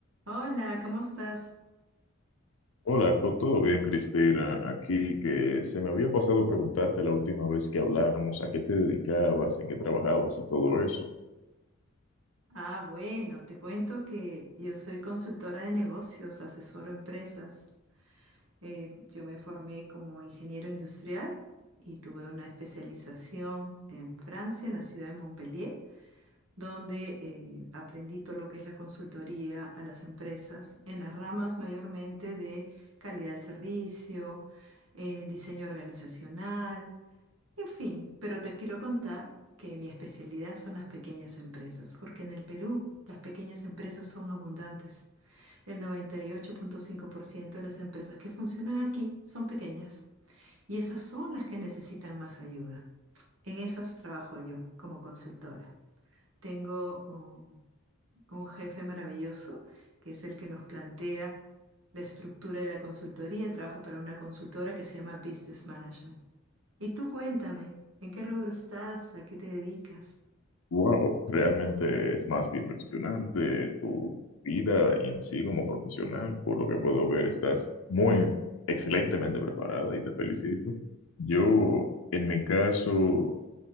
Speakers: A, on the right (about 75°); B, on the left (about 75°).
A: Hola, ¿cómo estás?
B: Hola, co- todo bien, Cristina. Aquí que se me había pasado preguntarte la última vez que hablamos, a qué te dedicabas, en qué trabajabas y todo eso.
A: Ah, bueno, te cuento que yo soy consultora de negocios, asesoro empresas. Eh, yo me formé como ingeniero industrial y tuve una especialización en Francia, en la ciudad de Montpellier, donde eh, aprendí todo lo que es la consultoría a las empresas en las ramas mayormente de calidad del servicio, en diseño organizacional. En fin, pero te quiero contar que mi especialidad son las pequeñas empresas, porque en el Perú las pequeñas empresas son abundantes. El 98.5% de las empresas que funcionan aquí son pequeñas y esas son las que necesitan más ayuda. En esas trabajo yo como consultora. Tengo un, un jefe maravilloso que es el que nos plantea la estructura de la consultoría. Trabajo para una consultora que se llama Business Management. Y tú cuéntame, ¿en qué rubro estás? ¿A qué te dedicas?
B: Wow, realmente es más que impresionante tu vida en sí como profesional. Por lo que puedo ver, estás muy excelentemente preparada y te felicito. Yo, en mi caso,